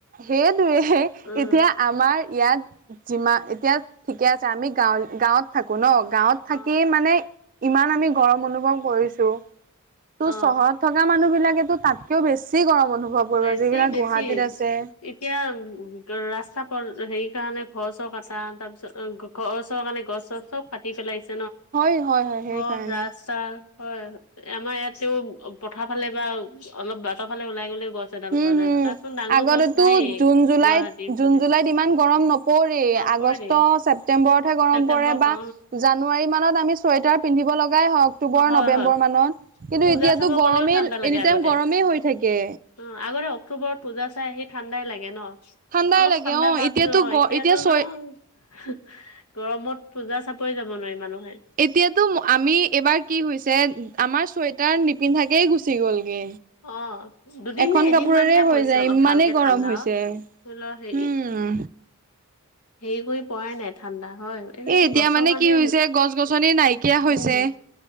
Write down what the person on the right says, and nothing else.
সেইটোৱে
এতিয়া আমাৰ ইয়াত যিমা এতিয়া ঠিকে আছে আমি গাওঁ-গাঁৱত থাকো নহ গাঁৱত থাকি
মানে। ইমান আমি গৰম অনুভৱ কৰিছোঁ ত'
চহৰত থকা মানুহ বিলাকেতো তাতকেও বেছি। কি গৰম অনুভৱ কৰিব
যিবিলাক
গুৱাহাটীত আছে।
হয় হয় হয় সেইকাৰণে
হুম
হুম
আগতেতো
জুন জুলাইত,
জুন
জুলাইত ইমান গৰম নপৰে।
আগষ্ট ছেপ্তেম্বৰত হে গৰম
পৰে বা
জানুৱাৰী মানত আমি চুৱেটাৰ পিন্ধিব লগ গাই হয় অক্টোবৰ
নৱেম্বৰ
মানত কিন্তু
এতিয়াতো
গৰমেই
এনি
টাইম গৰমেই হৈ থাকে।
ঠাণ্ডাই
লাগে
অ
এতিয়াতো
গ
এতিয়া চয়
এতিয়াতো আমি এইবাৰ কি হৈছে আমাৰ চুৱেটাৰ নিপিন্ধাকেই গুচি গ'লগে।
এখন
কাপোৰেৰে
হৈ
যায়
ইমানেই
গৰম
হৈছে
উম
এ এতিয়া
মানে
কি হৈছে গছ-গছনি নাইকিয়া হৈছে।